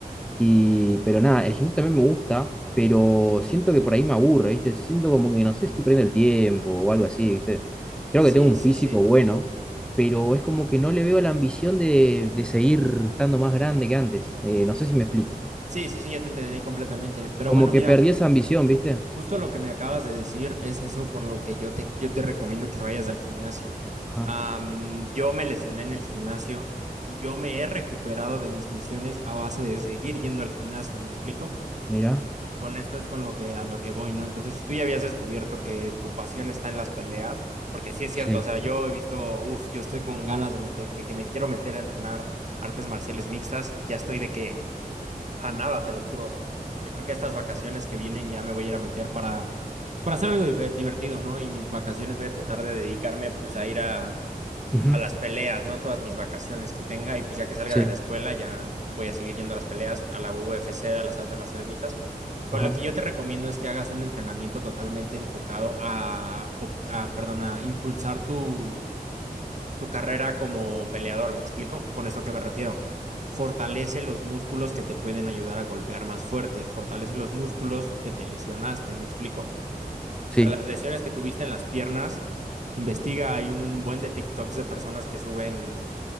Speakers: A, in the centre; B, on the right.
A: Y, pero nada, el gimnasio también me gusta, pero siento que por ahí me aburre, ¿viste? Siento como que, no sé, estoy perdiendo el tiempo o algo así, ¿viste? Creo
B: Sí,
A: que tengo un
B: sí,
A: físico
B: sí.
A: bueno, pero es como que no le veo la ambición de, de seguir estando más grande que antes. Eh, no sé si me explico.
B: Sí, sí, sí, ya te entendí completamente. Pero
A: Como
B: bueno,
A: que
B: mira.
A: perdí esa ambición, ¿viste?
B: Justo lo que me acabas de decir es eso por lo que yo te, yo te recomiendo que vayas al gimnasio.
A: Ajá,
B: Am, yo me lesioné en el gimnasio y yo me he recuperado de mis lesiones a base de seguir yendo al gimnasio, ¿me explico?
A: mirá.
B: Con esto es con lo que a lo que voy, ¿no? Entonces, si tú ya habías descubierto que tu pasión está en las peleas, porque sí es cierto,
A: Sí.
B: o sea, yo he visto, uff, yo estoy con ganas de meter, de que me quiero meter a entrenar artes marciales mixtas y ya estoy de que a nada, te lo juro. Yo creo que estas vacaciones que vienen ya me voy a ir a meter para, pues, para hacer algo dif- divertido, ¿no? Y mis vacaciones voy a tratar de dedicarme pues a ir a,
A: ujú,
B: a las peleas, ¿no? Todas mis vacaciones que tenga y pues ya que salga
A: Sí.
B: de la escuela ya voy a seguir yendo a las peleas, a la UFC, a las artes marciales mixtas. Pero
A: Ajá.
B: lo que yo te recomiendo es que hagas un entrenamiento totalmente enfocado a, op- a perdón, a impulsar tu tu carrera como peleador, ¿me explico? Con esto a qué me refiero. Fortalece los músculos que te pueden ayudar a golpear más fuerte, fortalece los músculos que te lesionaste, ¿me explico? O
A: Sí.
B: sea, las lesiones que tuviste en las piernas, investiga, hay un buen de TikToks de personas que suben